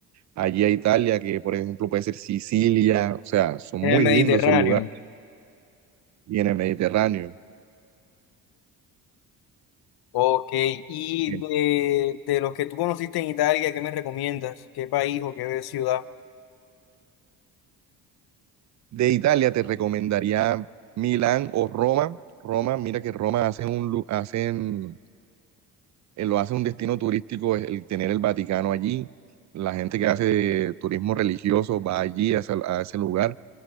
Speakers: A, on the right; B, on the left.
A: allí a Italia, que por ejemplo puede ser Sicilia, o sea, son
B: en
A: muy
B: el Mediterráneo.
A: lindos esos lugares, y en el Mediterráneo.
B: Ok, y
A: Eh,
B: de, de los que tú conociste en Italia, ¿qué me recomiendas? ¿Qué país o qué ciudad?
A: De Italia te recomendaría Milán o Roma. Roma, mira que Roma hace un, lu- hacen, eh, lo hace un destino turístico el el tener el Vaticano allí. La gente que hace turismo religioso va allí a ese, a ese lugar.